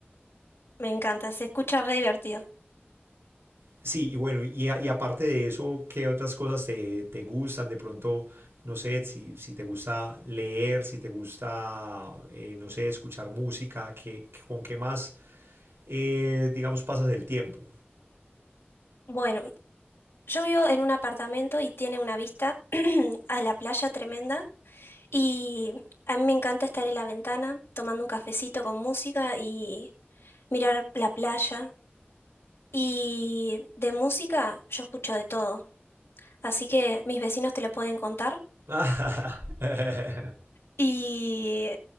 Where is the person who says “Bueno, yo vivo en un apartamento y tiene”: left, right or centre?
Left